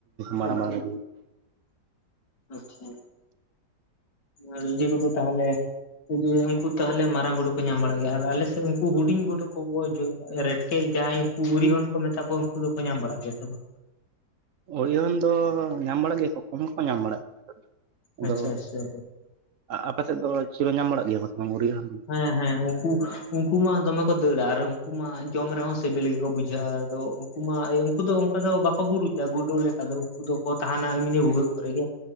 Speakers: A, on the right; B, on the left.
A: ᱢᱟᱨᱟᱝ
B: ᱟᱪᱪᱟ
A: ᱢᱟᱨᱟᱝ ᱠᱚ
B: ᱟᱪᱪᱷᱟ ᱟᱨ ᱤᱡᱟᱹ ᱠᱚᱫᱚ ᱛᱟᱦᱚᱞᱮ ᱡᱩᱫᱤ ᱩᱱᱠᱩ ᱛᱟᱦᱚᱞᱮ ᱢᱟᱨᱟᱝ ᱜᱩᱰᱩ ᱠᱚ ᱧᱟᱢ ᱵᱟᱲᱟᱜ ᱜᱮᱭᱟ, ᱟᱨ ᱟᱞᱮ, ᱥᱮ ᱩᱱᱠᱩ ᱦᱩᱰᱤᱝ ᱜᱩᱰᱩ ᱠᱚ ᱜᱚᱡ ᱨᱮᱴᱠᱮᱡ ᱡᱟᱦᱟᱸᱭ ᱩᱱᱠᱩ ᱩᱨᱤᱡᱦᱚᱱ ᱦᱚᱱ ᱠᱚ ᱢᱮᱛᱟ ᱠᱚᱣᱟ ᱩᱱᱠᱩ ᱫᱚᱠᱚ ᱧᱟᱢ ᱵᱟᱲᱟᱜ ᱜᱮᱭᱟ ᱥᱮ ᱵᱟᱝ?
A: ᱩᱨᱤᱡᱦᱚᱱ ᱫᱚ ᱧᱟᱢ ᱵᱟᱲᱟᱜ ᱜᱮᱭᱟᱠᱚ ᱠᱚᱢ ᱜᱮᱠᱚ ᱧᱟᱢ ᱵᱟᱲᱟᱜ ᱜᱮᱭᱟ ᱟᱫᱚ
B: ᱟᱪᱪᱷᱟ ᱟᱪᱪᱷᱟ
A: ᱟᱯᱮ ᱥᱮᱫ ᱫᱚ ᱪᱤᱨ ᱦᱚᱸ ᱧᱟᱢ ᱵᱟᱲᱟᱜ ᱜᱮᱭᱟ ᱥᱮ ᱵᱟᱝ ᱩᱨᱤᱡᱦᱚᱱ
B: ᱦᱮᱸ ᱦᱮᱸ ᱩᱱᱠᱩ ᱩᱱᱠᱩ ᱢᱟ ᱫᱚᱢᱮ ᱠᱚ ᱫᱟᱹᱲᱟ ᱟᱨ ᱩᱱᱠᱩ ᱢᱟ ᱡᱚᱢ ᱨᱮᱦᱚᱸ ᱥᱤᱵᱤᱞ ᱜᱮᱠᱚ ᱵᱩᱡᱷᱟᱹᱜᱼᱟ᱾ ᱟᱫᱚ ᱩᱱᱠᱩ ᱢᱟ ᱩᱱᱠᱩ ᱫᱚ ᱚᱱᱠᱟ ᱫᱚ ᱵᱟᱠᱚ ᱵᱩᱨᱩᱡ ᱜᱩᱰᱩ ᱞᱮᱠᱟ ᱫᱚ ᱩᱱᱠᱩ ᱫᱚᱠᱚ ᱛᱟᱦᱮᱱᱟ ᱮᱢᱱᱤ ᱵᱷᱩᱜᱟᱹᱜ ᱠᱚᱨᱮᱜ ᱜᱮ᱾